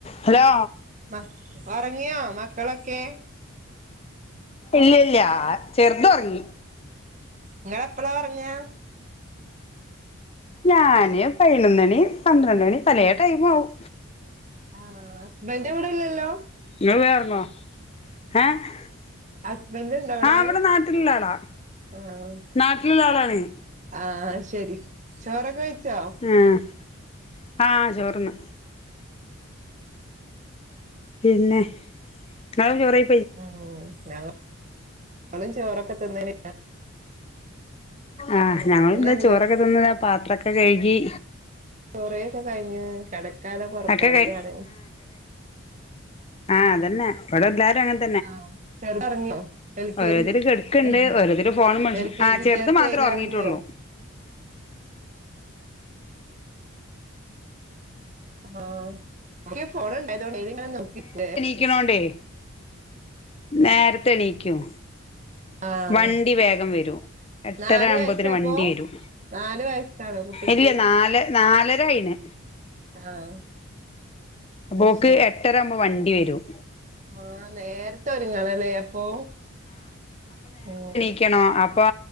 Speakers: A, on the left; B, on the right.
A: Hello
B: മ ഉറങ്ങിയോ മക്കളൊക്കെ
A: ഇല്ലല്ല ചെർതൊർങ്ങി.
B: ങ്ങളെപ്പളൊർങ്ങ.
A: ഞാന് പയ്നൊന്നണി പന്ത്രണ്ടണി പലേ ടൈമും ആവും.
B: ആ ഹസ്ബന്റിവിടെല്ലല്ലോ.
A: <unintelligible>
B: ഹസ്ബൻഡ് ഇണ്ടോ അവിടെ
A: ആ വടെ നാട്ടില്ള്ളാളാ
B: ആഹ്
A: നാട്ടില്ള്ളാളാണെയ്.
B: ആഹ് ശെരി ചോറൊക്കെ കഴ്ച്ചോ
A: ആഹ് ആഹ് ചോറ്ന്നു. പിന്നെ ങ്ങളൊ ചോറെയ്.
B: ഉം ഞങ്ങ ളും ചോറൊക്കെ തിന്നണ്
A: ആഹ് ഞങ്ങള്
B: പിന്നെ എന്തൊ
A: ചോറൊക്കെ തിന്ന് പാത്രൊക്കെ കഴുകി.
B: കുറേയൊക്കെ കഴിഞ്ഞു കടക്കാല്ലെ പൊറപ്പാടിലാണ്.
A: ഒക്കെ കഴി ആഹ് അതന്നെ ഇവിടെല്ലാരും അങ്ങൻ
B: ആഹ് ചെർതൊർങ്ങിയോ <unintelligible>
A: ഓരോരുത്തര് കെടുക്കണ്ട് ഓരോരുത്തര് ഫോണും വിളിച്ചു.
B: കെ
A: ആ
B: ജി വിദ്യാർത്ഥി
A: ചെറുത് മാത്രമേ
B: ആയില്ലേ
A: ഉറങ്ങിയിട്ടുള്ളൂ
B: ഒർങ്ങിയോ <unintelligible> ഫോണുണ്ടായതോണ്ട് <unintelligible> നോക്കിട്ട്
A: ക്കിണോണ്ടേ
B: ആഹ്
A: നേരത്തെ എണീക്കും
B: ആഹ്
A: വണ്ടി വേഗം വരും എട്ടര
B: നാല്
A: ആകുമ്പോത്തിന്
B: വയസ്സാപ്പൊ
A: വണ്ടി വരും
B: നാല് വയസ്സാണോ കുട്ടിക്ക്
A: ഇല്യ നാല് നാലര ആയിന്നു
B: ആഹ് അത്
A: ഓക്ക്
B: ശരി
A: എട്ടരാവുമ്പോ വണ്ടി വരും
B: ആഹ് നേര്ത്തെ ഒരുങ്ങണല്ലേ അപ്പൊ ആഹ്
A: ക്കണം അപ്പൊ